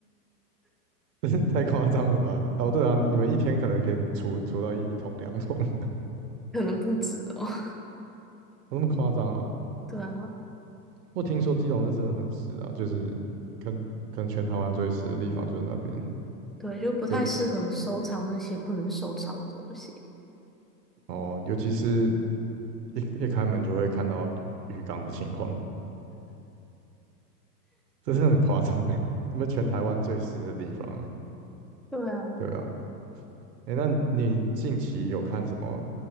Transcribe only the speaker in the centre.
可能不止哦。<laughs>
对啊，
对，就不太适合收藏那些不能收藏的东西。
对啊，